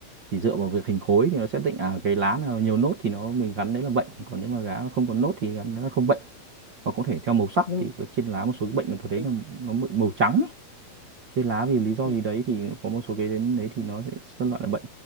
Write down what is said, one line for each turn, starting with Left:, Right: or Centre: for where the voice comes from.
Right: thì dựa vào việc hình khối thì nó sẽ định à cái lá nào nhiều nốt thì nó mình gắn đấy là bệnh còn nếu mà lá không có nốt thì gắn nó không bệnh hoặc có thể theo màu sắc
Left: nhưng
Right: thì
Left: mà
Right: trên lá một số cái bệnh mình thấy
Left: cái
Right: là nó bị màu trắng ấy. trên lá vì lý do
Left: ừ,
Right: gì đấy thì có một số cái đến đấy thì nó sẽ phân loại là bệnh